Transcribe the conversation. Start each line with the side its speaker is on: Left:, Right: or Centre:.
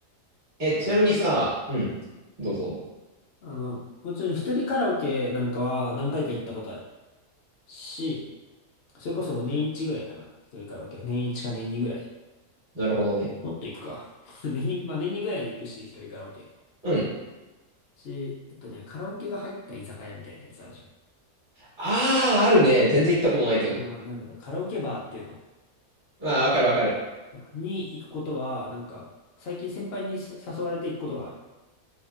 Right: え、
Left: ただ、
Right: ちなみにさ、うん。どうぞ。
Left: あの、もちろん一人カラオケなんかは何回か行ったことあるし、それこそ年一ぐらいかな。一人カラオケ。年一か年二ぐらい。
Right: なるほどね。
Left: もっと行くか。<laughs> 年に、まあ年二ぐらいで行くし、一人カラオケ。
Right: うん。
Left: し、えっとね、カラオケが入った居酒屋みたいなやつあるじゃん。
Right: ああ、あるね。全然行ったことないけど。
Left: な、なんだろう、カラオケバーっていうの
Right: まあ、わかるわかる。
Left: に行くことは、なんか、最近先輩に誘われて行くことはある。